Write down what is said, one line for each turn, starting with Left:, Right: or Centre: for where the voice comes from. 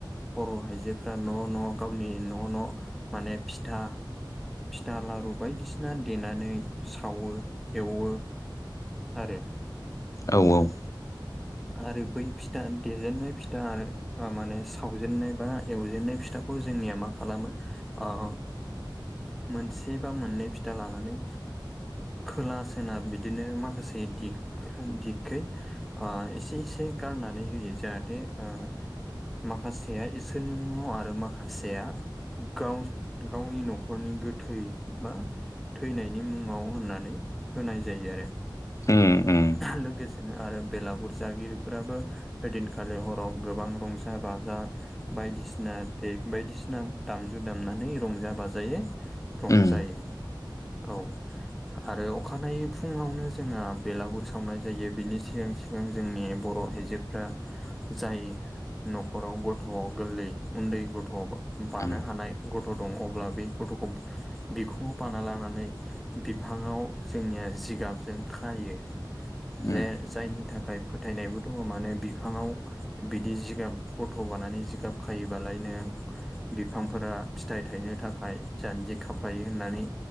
Centre: बर' आइजोफ्रा न' न' गावनि न' न' माने फिथा फिथा लारु बायदिसिना देनानै सावो एवो आरो।
Left: औ औ।
Centre: आरो बै फिथा देजेननाय फिथा आरो माने सावजेनन्नाय बा एवजेननाय फिथा खौ जोंनिया मा खालामो आ मोनसे बा मोननै फिथा लानानै खोला सोनाब बिदिनो माखासे दिग दिगखै एसे एसे गारनानै होयो जाहाथे आ माखासेया इसोरनि मुङाव आरो माखासेया गाव गावनि न'खरनि गोथै मा थैनायनि मुङाव होननानै होनाय जायो आरो।
Left: उम उम
Centre: लोगोसेनो आरो बेलागुर जागिरिफोराबो ओइदिनखालि हराव गोबां रंजा बाजा बायदिसिना देक बायदिसिना दामजु दामनानै रंजा बाजायै रंजायो
Left: उम
Centre: औ। आरो अखानायै फुङावनो जोंहा बेलागुर सावनाय जायो बिनि सिगां सि जोंनि बर' आइजोफ्रा जाय न'खराव गथ' गोरलै उन्दै गथ' बानो
Left: उम
Centre: हानाय गथ' दं अब्ला बे गथ'खौ बिखुङाव बाना लानानै बिफाङाव जोंनिया जिगाबजों खायो जे
Left: उम
Centre: जायनि थाखाय फोथायनायबो दङ माने बिफाङाव बिदि जिगाब गथ' बानानै जिगाब खायोबालायनो बिफांफोरा फिथाइ थायनो थाखाय जान्जि खाफ्र्लायो होननानै